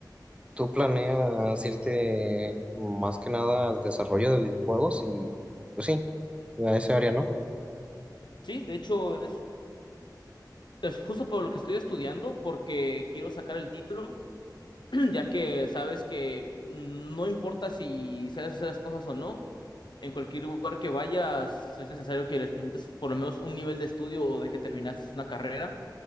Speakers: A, on the right; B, on the left.
A: ¿tú planeas irte más que nada al desarrollo de videojuegos? Y, pues sí, a ese área, ¿no?
B: Sí, de hecho es es justo por lo que estoy estudiando, porque quiero sacar el título, <clears throat> ya que sabes que no importa si sabes hacer las cosas o no, en cualquier lugar que vayas es necesario que les presentes por lo menos un nivel de estudio o de que terminaste una carrera